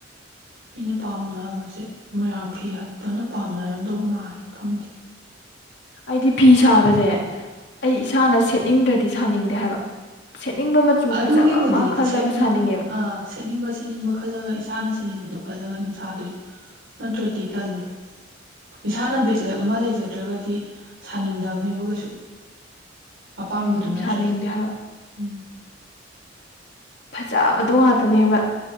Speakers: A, on the right; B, on the left.
A: ꯃꯤꯅ ꯄꯥꯝꯅꯕꯁꯦ ꯃꯣꯏꯔꯥꯡ ꯐꯤ ꯍꯛꯄꯅ ꯄꯥꯝꯅꯔꯝꯗꯧ ꯃꯥꯜꯂꯦ ꯈꯪꯗꯦ
B: ꯑꯩꯗꯤ ꯐꯤ ꯁꯥꯕꯁꯦ ꯑꯩ ꯏꯁꯥꯅ ꯁꯦꯠꯅꯤꯡꯗ꯭ꯔꯗꯤ ꯁꯥꯅꯤꯡꯗꯦ ꯍꯥꯏꯕ ꯁꯦꯠꯅꯤꯡꯕ ꯃꯆꯨ
A: ꯑꯗꯨꯒꯤꯕꯨꯗꯤ
B: ꯐꯖꯕ ꯑꯃ ꯈꯜꯂꯒ
A: ꯁꯦꯠꯅꯤꯡ
B: ꯁꯥꯅꯤꯡꯉꯦꯕ
A: ꯁꯦꯠꯅꯤꯡꯕ ꯁꯦꯠꯅꯤꯡꯕ ꯈꯜꯂꯒ ꯏꯁꯥꯅ ꯁꯦꯠꯅꯤꯡꯕꯗꯣ ꯍꯜꯂꯒꯅꯤ ꯁꯥꯗꯣꯏꯁꯦ ꯅꯠꯇ꯭ꯔꯗꯤ ꯇꯜꯂꯤꯗ ꯏꯁꯥꯅ ꯕꯤꯠ ꯂꯦꯞ ꯑꯃ ꯂꯩꯖꯗ꯭ꯔꯒꯗꯤ ꯁꯥꯅꯤꯡꯗꯕꯅꯦꯕ ꯀꯩꯁꯨ ꯑꯄꯥꯝꯕꯗꯨ
B: ꯎꯝ
A: ꯅꯠꯇ꯭ꯔꯗꯤ
B: ꯁꯥꯅꯤꯡꯗꯦ ꯍꯥꯏꯕ
A: ꯎꯝ
B: ꯐꯖꯕꯗꯣ ꯉꯥꯛꯇꯅꯦꯕ